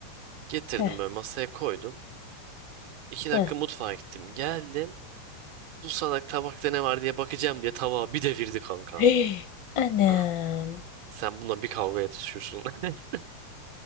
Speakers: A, on the right (about 55°); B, on the left (about 55°).
A: Getirdim
B: Heh,
A: böyle masaya koydum. İki
B: heh.
A: dakika mutfağa gittim. Geldim. Bu salak tabakta ne var diye bakacağım diye tabağı bir devirdi kanka.
B: <gasps> Hii, Anam.
A: Ha. Sen bununla bir kavgaya tutuşuyorsun. <laughs>